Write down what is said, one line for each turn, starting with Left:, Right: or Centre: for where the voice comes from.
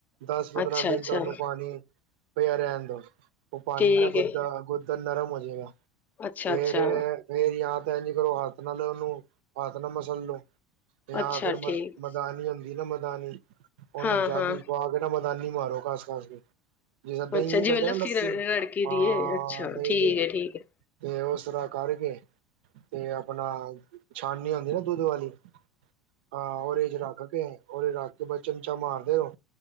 Right: ਦਸ ਪੰਦਰਾਂ
Left: ਅੱਛਾ
Right: ਮਿੰਟ
Left: ਅੱਛਾ
Right: ਉਹਨੂੰ ਪਾਣੀ ਪਿਆ ਰਹਿਨ ਦੋ ਉਹ ਪਾਣੀ
Left: ਠੀਕ
Right: ਨਾਲ ਗੁੱਦਾ,
Left: ਹੈ
Right: ਗੁੱਦਾ ਨਰਮ ਹੋ ਜੇਗਾ।
Left: ਅੱਛਾ
Right: ਫੇਰ
Left: ਅੱਛਾ
Right: ਫੇਰ ਯਾ ਤੇ ਏਂਜ ਕਰੋ ਹੱਥ ਨਾਲ ਉਹਨੂੰ ਹਥ ਨਾਲ ਮਸਲ ਲੋ ਜਾਂ
Left: ਅੱਛਾ
Right: ਫੇਰ ਮ
Left: ਠੀਕ
Right: ਮਦਾਨੀ ਹੁੰਦੀ ਨਾ ਮ ਧਾਨੀ ਓਨੂੰ
Left: ਹਾਂ
Right: ਜੱਗ
Left: ਹਾਂ
Right: ਵਿੱਚ ਪਾ ਕੇ ਮ ਕਾਂਦ ਮਾਰੋ ਘਾਸ-ਘਾਸ ਕੇ ਜਿਸ <unintelligible> ਦਹੀਂ
Left: ਅੱਛਾ ਜਿਵੇਂ
Right: ਕਰਦੇ ਨਾ ਲੱਸੀ,
Left: ਰੜਕੀ ਦੀ
Right: ਹਾਂ
Left: ਏ ਅੱਛਾ
Right: ਦਹੀਂ,
Left: ਠੀਕ ਹੈ ਠੀਕ ਹੈ
Right: ਤੇ ਓਸ ਤਰਾਂ ਕਾਰਕੇ ਤੇ ਆਪਣਾ ਛਾਨਨੀ ਔਂਦੀ ਨਾ ਦੁੱਧ ਵਾਲੀ ਹਾਂ ਓਦੇ ਚ ਰਾਖ ਕੇ ਓਦੇ ਰਾਖ ਕੇ ਬਸ ਚੁਮਚਾ ਮਾਰ ਦੋ